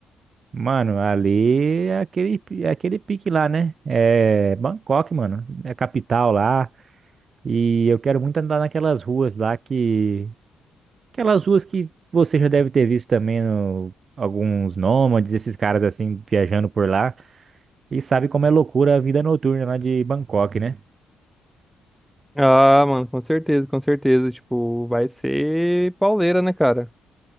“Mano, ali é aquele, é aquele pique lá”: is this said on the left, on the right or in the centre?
Right